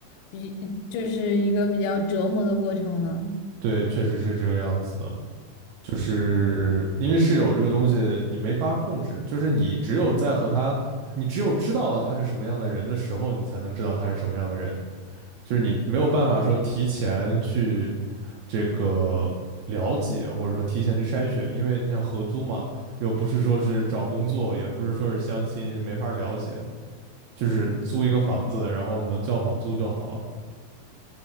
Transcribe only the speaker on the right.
对，确实是这个样子的，就是因为室友这个东西你没法控制，就是你只有在和他，你只有知道了他是什么样的人的时候，你才能知道他是什么样的人，就是你没有办法说提前去这个了解，或者说提前去筛选，因为你想合租嘛，又不是说是找工作，也不是说是相亲，没法了解，就是租一个房子，然后能交房租就好了。